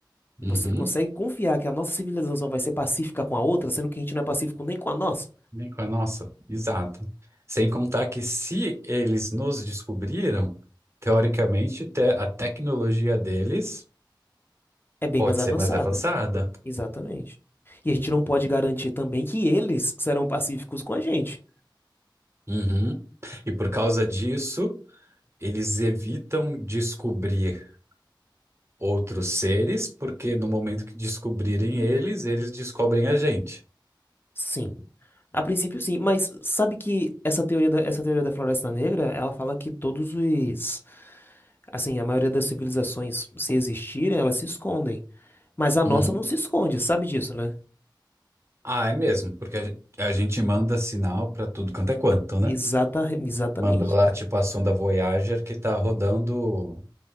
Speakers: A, on the right (about 35°); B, on the left (about 25°).
A: Uhum.
B: você consegue confiar que a nossa civilização vai ser pacífica com a outra, sendo que a gente não é pacífico nem com a nossa?
A: Bem com a nossa, exato. Sem contar que se eles nos descobriram, teoricamente te- a tecnologia deles
B: É bem
A: pode
B: mais avançada.
A: ser mais avançada.
B: Exatamente. E a gente não pode garantir também que eles serão pacíficos com a gente.
A: Uhum. E por causa disso, eles evitam descobrir outros seres, porque no momento que descobrirem eles, eles descobrem a gente.
B: Sim. A princípio, sim, mas sabe que essa teoria da, essa teoria da Floresta Negra, ela fala que todos os, assim, a maioria das civilizações, se existirem, elas se escondem. Mas a nossa
A: Uhum.
B: não se esconde, sabe disso, né?
A: Ah, é mesmo, porque a, gen- a gente manda sinal pra tudo quanto é quanto, né?
B: Exata, exatamente.
A: Manda lá, tipo, a sonda Voyager que tá rodando